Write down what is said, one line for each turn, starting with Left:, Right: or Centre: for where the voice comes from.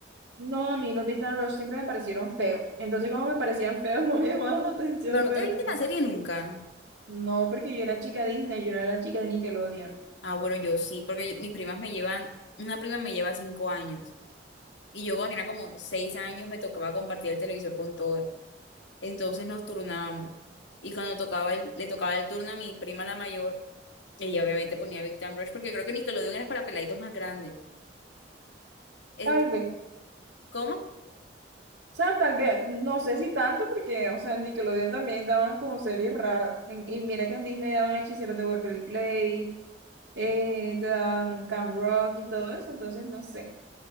Right: No, a mí los Beat and Rush siempre me parecieron feos. Entonces, como me parecían feos, <laughs> no me llamaron la atención
Left: Pero no
Right: ver.
Left: te viste la serie nunca.
Right: No, porque yo era chica Disney, yo no era chica de Nickelodeon.
Left: Ah, bueno, yo sí, porque yo- mis primas me llevan, una prima me lleva cinco años. Y yo cuando tenía como seis años me tocaba compartir el televisor con todas. Entonces nos turnábamos. Y cuando tocaba el- le tocaba el turno a mi prima la mayor, ella obviamente ponía Big Time Rush, porque creo que Nickelodeon era para peladitos más grandes. Ent-
Right: Tal vez. O
Left: ¿cómo?
Right: sea, tal vez, no sé si tanto, porque, o sea, en Nickelodeon también daban como series raras. En- y mira que en Disney daban Hechiceros de Waverly Place, eh, te daban Camp Rock y todo eso, entonces no sé.